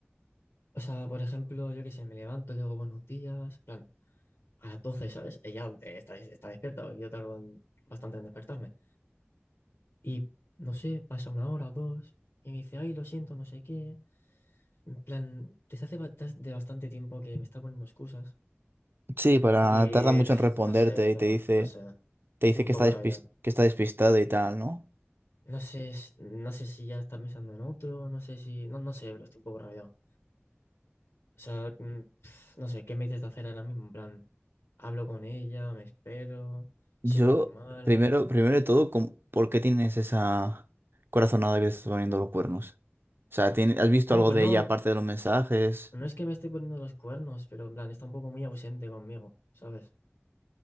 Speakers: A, on the left; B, on the right.
A: O sea, por ejemplo, yo qué sé, me levanto, le digo buenos días, en plan, a las 12, ¿sabes? Ella eh, está, está despierta, porque yo tardo en- bastante en despertarme. Y no sé, pasa una hora, o dos, y me dice, ay, lo siento, no sé qué. En plan, desde hace ba- tas- de bastante tiempo que me está poniendo excusas.
B: Sí, para
A: Y eh,
B: tarda mucho en responderte
A: no sé, bro,
B: y te dice,
A: no sé.
B: te
A: Estoy
B: dice
A: un
B: que
A: poco
B: está despis-
A: rayado.
B: que está despistada y tal, ¿no?
A: No sé, s- no sé si ya está pensando en otro, no sé si. No, no sé, bro, estoy un poco rayado. O sea, mm, pf, no sé, ¿qué me dices de hacer ahora mismo? En plan, hablo con ella, me espero,
B: Yo,
A: sigo normal.
B: primero, primero de todo, com- ¿por qué tienes esa corazonada que te estás poniendo los cuernos? O sea, ¿tien- ¿has visto
A: No,
B: algo
A: pues
B: de
A: no,
B: ella aparte de los mensajes?
A: no es que me esté poniendo los cuernos, pero en plan, está un poco muy ausente conmigo, ¿sabes?